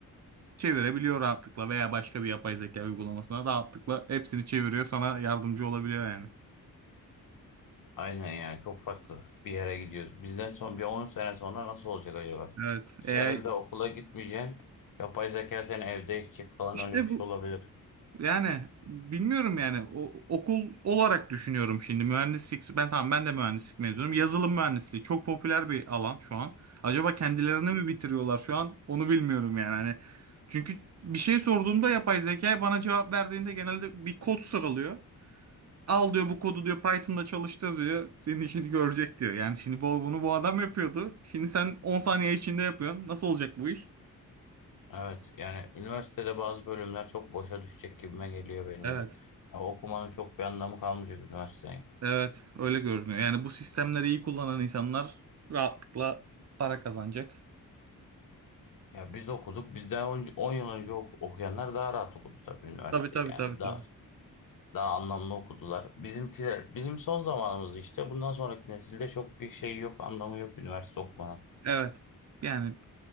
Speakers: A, on the right; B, on the left.
A: çevirebiliyor rahatlıkla veya başka bir yapay zeka uygulamasına rahatlıkla hepsini çeviriyor, sana yardımcı olabiliyor yani.
B: aynen ya çok farklı bir yere gidiyoruz. Bizden son bir 10 sene sonra nasıl olacak acaba?
A: Evet,
B: Hiç
A: AI
B: herhalde okula gitmeyeceksin. Yapay zeka seni evde eğitecek falan
A: işte
B: öyle bir
A: bu
B: şey olabilir.
A: Yani bilmiyorum yani o, okul olarak düşünüyorum şimdi mühendislik ben tamam ben de mühendislik mezunuyum yazılım mühendisliği çok popüler bir alan şu an acaba kendilerini mi bitiriyorlar şu an onu bilmiyorum yani hani çünkü bir şey sorduğumda yapay zeka bana cevap verdiğinde genelde bir kod sıralıyor al diyor bu kodu diyor Python'da çalıştır diyor senin işini görecek diyor yani şimdi bu, bunu bu adam yapıyordu şimdi sen 10 saniye içinde yapıyorsun nasıl olacak bu iş?
B: Evet yani üniversitede bazı bölümler çok boşa düşecek gibime geliyor benim
A: Evet.
B: de. Ya okumanın çok bir anlamı kalmayacak üniversiteyi.
A: Evet, öyle görünüyor. Yani bu sistemleri iyi kullanan insanlar rahatlıkla para kazanacak.
B: Ya biz okuduk. Bizden on on yıl önce ok- okuyanlar daha rahat okudu tabii üniversiteyi.
A: Tabii tabii
B: Yani
A: tabii tabii.
B: daha daha anlamlı okudular. Bizimkiler bizim son zamanımız işte. Bundan sonraki nesilde çok bir şey yok, anlamı yok üniversite okumanın.
A: Evet. Yani